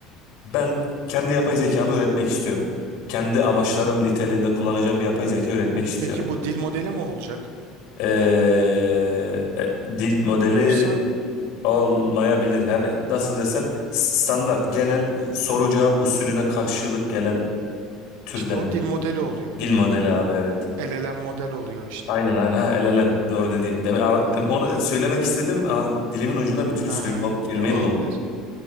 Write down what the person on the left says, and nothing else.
Ben kendi yapay zekamı öğretmek istiyorum. Kendi amaçlarım niteliğinde kullanacağım bir yapay zeka öğretmek
istiyorum.
Ee, e, dil modeli
olmayabilir. Her, nasıl desem standart genel soru cevap usulüne karşılık gelen türden
bir
dil modeli abi evet.
Aynen aynen ha, LLM doğru dedi. Deme, ara-
dem- onu söylemek istedim. a- Dilimin ucuna bir türlü
söyle
o
kelimeyi
bulamadım.